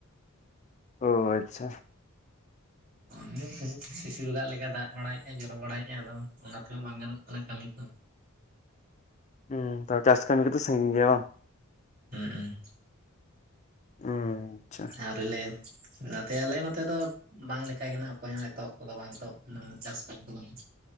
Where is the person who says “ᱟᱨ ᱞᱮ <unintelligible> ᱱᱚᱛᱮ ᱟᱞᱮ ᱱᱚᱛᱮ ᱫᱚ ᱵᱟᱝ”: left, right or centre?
Right